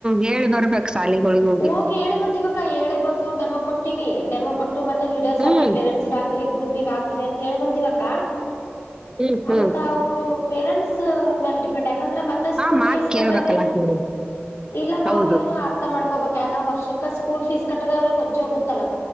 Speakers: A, on the right; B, on the left.
A: ಹೇಳಿ ಬರ್ಬೇಕು ಶಾಲಿಗಳಿಗೆ
B: ಹೋಗಿ ಹೇಳಿ ಬಂದಿವಕ್ಕ ಹೇಳಿ ಬಂದು ಡೆಮೊ ಕೊಟ್ಟಿವವಿ ಡೆಮೊ ಮತ್ತೆ ವೀಡಿಯೋಸ್
A: ಹ್ಮ್
B: ಹಾಕಿ ಪೇರೆಂಟ್ಸ್ಗ ಹಾಕ್ರಿ ಗ್ರೂಪಗ್ ಹಾಕ್ರರಿ ಅಂತ ಹೇಳಿ ಬಂದಿವಾ ಅಕ್ಕ
A: ಹ್ಮ್ ಹ್ಮ್
B: ಮತ್ತ ಅವರು ಪೇರೆಂಟ್ಸ್ ಮೇಲೆ ಡಿಪೆಂಡ್ ಆ ಯಾಕಂದ್ರೆ ಮತ್ತೆ ಸ್ಕೂಲ್
A: ಆ ಮಾತ್
B: ಫೀಸ್
A: ಕೇಳ್ಬೇಕಲ್ಲ
B: ಕಟ್ಟದೆ
A: ಹ್ಮ್
B: ಇಲ್ಲ
A: ಹೌದು
B: ಅವ್ರಗನು ಅರ್ಥ ಮಾಡ್ಕೋಬೇಕ ಯಾಕ ವರ್ಷಕ್ಕ ಸ್ಕೂಲ್ ಫೀಸ್ ಕಟ್ಟ್ರ ಅವ್ರಿಗೆ ಹೊಜ ಹೋಗುತ್ತಲ್ಲ